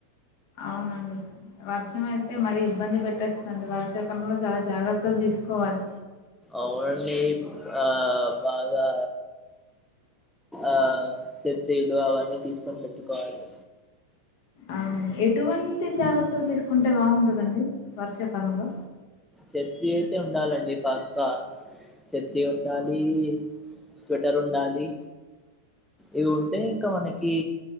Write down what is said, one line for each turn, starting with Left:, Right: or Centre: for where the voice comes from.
Left: అవునండి వర్షం అయితే మరీ ఇబ్బంది పెట్టేస్తు అండి వర్షాకాలంలో చాలా జాగ్రత్తలు తీసుకోవాలి
Centre: అవునండి ఆ బాగా ఆ చెత్రీలు అవన్నీ తీసుకొని పెట్టుకోవాలి
Left: అవునండి ఎటువంటి జాగ్రత్తలు తీసుకుంటే బాగుంటదండి వర్షాకాలంలో
Centre: చెత్రి అయితే ఉండాలండి పక్కా చెత్రి ఉండాలి స్వెటర్ ఉండాలి ఇవి ఉంటే ఇంకా మనకి